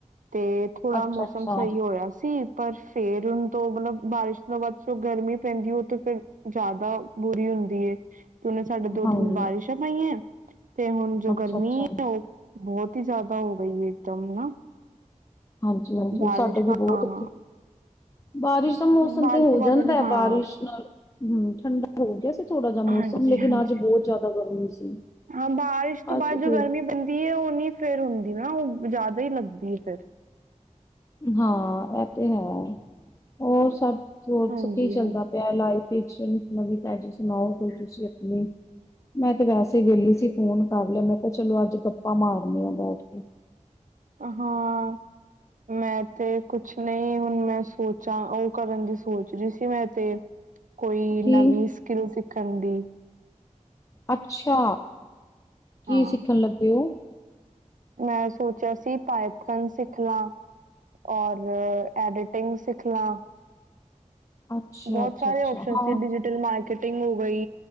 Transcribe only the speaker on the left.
ਅੱਛਾ
ਅੱਛਾ
ਹਾਂਜੀ
ਅੱਛਾ
ਅੱਛਾ
ਹਾਂਜੀ-ਹਾਂਜੀ
ਉਹ ਸਾਡੇ ਵੀ
ਬਹੁਤ ਉੱਥੇ, ਬਾਰਿਸ਼ ਦਾ ਮੌਸਮ
ਤੇ ਹੋ
ਜਾਂਦੈ,
ਬਾਰਿਸ਼ ਨਾਲ ਹੂੰ ਠੰਡਾ ਹੋ ਗਿਆ ਸੀ ਥੋੜਾ ਜਿਹਾ ਮੌਸਮ
ਲੇਕਿਨ ਅੱਜ ਬਹੁਤ ਜ਼ਿਆਦਾ ਗਰਮੀ ਸੀ
ਅੱਜ
ਬਹੁਤ
ਹਾਂ ਇਹ ਤੇ ਹੈ ਹੋਰ ਸਭ ਚੋਰਚ,
ਕੀ ਚੱਲਦਾ ਪਿਆ ਲਾਈਫ ਕੁੱਛ ਨਵੀ ਤਾਂ ਜੀ ਸੁਣਾਓ ਕੋਈ ਤੁਸੀਂ ਆਪਣੀ? ਮੈਂ ਤੇ ਵੈਸੇ ਵਿਹਲੀ ਸੀ ਫੋਨ ਕਰ ਲਿਆ ਮੈਂ ਕਿਹਾ ਚਲੋ ਅੱਜ ਗੱਪਾਂ ਮਾਰਨੀਆਂ ਬੈਠ ਕੇ।
ਕੀ
ਅੱਛਾ, ਕੀ
ਸਿੱਖਣ ਲੱਗੇ ਓ?
ਅੱਛਾ
ਅੱਛਾ
ਅੱਛਾ
ਹਾਂ